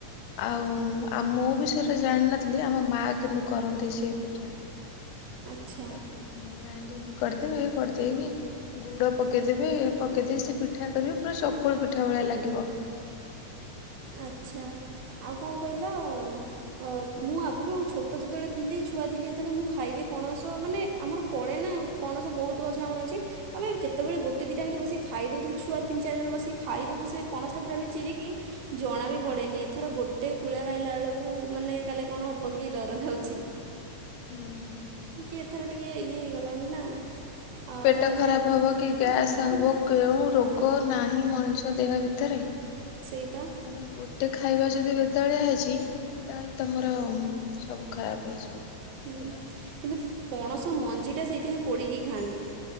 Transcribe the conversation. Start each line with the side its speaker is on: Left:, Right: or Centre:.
Left: ଆଉ ଆଉ ମୁଁ ବି ସେଗୁରା ଜାଣିିନଥିଲି। ଆମ ମା କିନ୍ତୁ କରନ୍ତି ସେ ପିଠା।
Right: ଆଚ୍ଛା
Left: ଗ୍ରାଇଡିଂ କରିଦେବେ କରିଦେଇନି ଗୁଡ ପକେଇଦେବ ପକେଇଦେଇ ସେ ପିଠା କରିବି ପୁରା ସକୁଳୁ ପିଠା ଭଳିଆ ଲାଗିବ।
Right: ଆଚ୍ଛା ଆଉ କଣ କହିଲ ଅ ମୁଁ ଆଗରୁ ଛୋଟ ଯେତେବେଳେ ଥିଲି ଛୁଆ ଥିଲି ଯେତେବେଳେ ମୁଁ ଖାଇବି ପଣସ ମାନେ ଆମର ପଡ଼େ ନା ପଣସ ବହୁତ ଗଛ ଆମର ଅଛି। ତମେ କେତେବେଳେ ଗୋଟେ ଦିଟା ଏମତି ବିକ ଖାଇଦଉୁ ଛୁଆ ତିନି ଚାରି ଜଣ ବସି ଖାଇଦବୁ ସେ ପଣସା ପରେ ଆମେ ଚିରିକି ଜଣା ବି ପଡେନି ଏଥର ଗୋଟେ କୁଳା ଗାଇଲା ବେଳକୁ ମାନେ କାଲି କଣ ହବ କି ଡର ଲାଗୁଛି।
Left: ହୁଁ।
Right: କି ଏଥର ଟିକେ ଇଏ ହେଇଗଲାଣି ନା। ଆଉ
Left: ପେଟ
Right: ନହେଲେ
Left: ଖରାପ
Right: ଆଗରୁ
Left: ହେବ କି ଗ୍ୟାସ୍
Right: ହୁଁ
Left: ହବ କେଉଁ
Right: ହୁଁ
Left: ରୋଗ ନାହିଁ ମଣିଷ ଦେହ ଭିତରେ।
Right: ସେଇବା।
Left: ତମେ ଗୋଟେ ଖାଇବା ଯଦି ବେତାଳିଆ ହେଇଛି ତାହେଲେ ତମର ସବୁ ଖରାପ ହେଇଯିବ।
Right: ହୁଁ
Left: ଦେହର
Right: କିନ୍ତୁ ପଣସ ମଞ୍ଜି ଟା ସେଇଥିପାଇଁ ପୋଡିକି ଖାଆନ୍ତି।